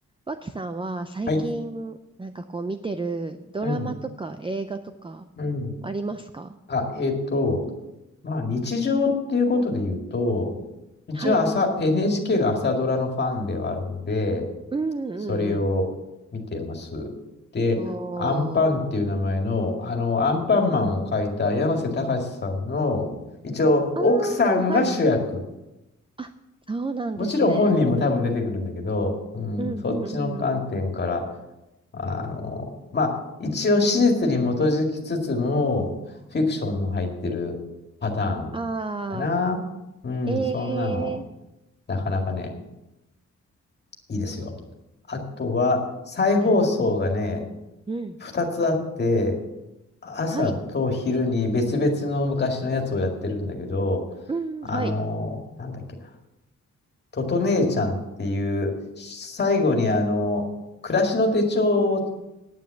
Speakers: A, on the right; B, on the left.
A: 脇さんは最近なんかこう見てるドラマとか映画とか
B: はい。うん。うん。
A: ありますか
B: あ、えっと、まあ、日常っていうことで言うと、一応朝、
A: はい。
B: NHK の朝ドラのファンではあるので、
A: うんうん
B: それを見てます。で、
A: うん。おー。
B: アンパンっていう名前の、あの、アンパンマンを描いた山瀬隆さんの、一応、
A: ああ、
B: 奥さんが主役。
A: はい。あ、そうなんですね。
B: もちろん本人も多分出てくるんだけど、うん、
A: うんうんうん。
B: そっちの観点から、あの、まあ、一応史実に基づきつつも、フィクションも入ってるパターンかな。
A: あ
B: うん、
A: あ、へえ。
B: そんなの、なかなかね、いいですよ。あとは、再放送がね、
A: えねうん。
B: 2つあって、朝と昼に別々の昔のやつをやってるんだけど、
A: はい。うん、
B: あの、
A: はい。
B: なんだっけな、トト姉ちゃんっていう、最後にあの、暮らしの手帳を